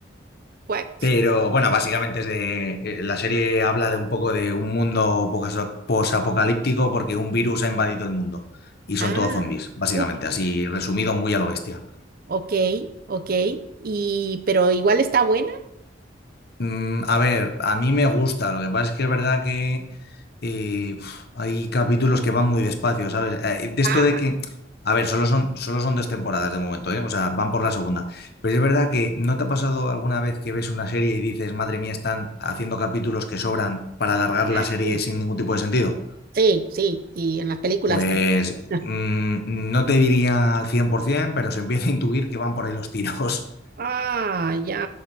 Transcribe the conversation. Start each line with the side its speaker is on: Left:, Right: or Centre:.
Right: cuac.
Left: Pero bueno, básicamente es de, eh, la serie habla de un poco de un mundo poca- posapocalíptico porque un virus ha invadido el mundo y son
Right: Ah,
Left: todos zombies, básicamente,
Right: uf,
Left: así resumido muy a lo bestia.
Right: ok, ok. Y, pero igual está buena.
Left: Mm, a ver, a mí me gusta, lo que pasa es que es verdad que eh, uf, hay capítulos que van muy despacio, ¿sabes? Eh, de
Right: Ah,
Left: esto de que, a ver, solo son, solo son dos temporadas de momento, ¿eh? O sea, van por la segunda. Pero es verdad que ¿no te ha pasado alguna vez que ves una serie y dices, madre mía, están haciendo capítulos que sobran para alargar la
Right: ah,
Left: serie
Right: sí.
Left: sin ningún tipo de sentido?
Right: Sí, sí. Y en las películas
Left: Pues
Right: también. <laughs>
Left: mm, no te diría al 100%, pero se empieza a intuir que van por ahí los tiros. <laughs>
Right: Ah, ya.